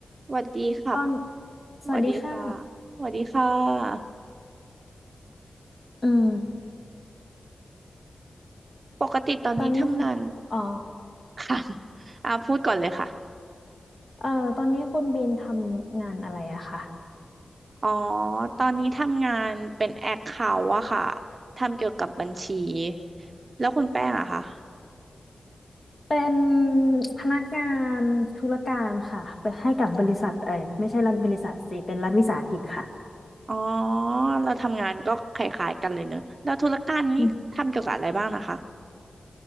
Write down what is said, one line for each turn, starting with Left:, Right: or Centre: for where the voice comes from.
Right: สวัสดีครับ
Left: ตอน
Right: สวัสดีค่ะ
Left: สวัสดีค่ะ
Right: สวัสดีค่ะ
Left: อืม
Right: ปกติตอนนี้ทำงาน
Left: ตอนนี้คุณอ๋อ
Right: ค่ะ <laughs> อ่าพูดก่อนเลยค่ะ
Left: เอ่อตอนนี้คุณบีมทำงานอะไรอะคะ
Right: อ๋อตอนนี้ทำงานเป็นแอคเคาท์อะค่ะทำเกี่ยวกับบัญชีแล้วคุณแป้งอะค่ะ
Left: เป็นพนักงานธุรการค่ะไปให้กับบริษัทเอ้ยไม่ใช่รัฐบริษัทสิเป็นรัฐวิสาหกิจค่ะ
Right: อ๋อเราทำงานก็คล้ายๆกันเลยเนอะแล้วธุรการนี่ทำเกี่ยวกับอะไรบ้างนะคะ
Left: อืม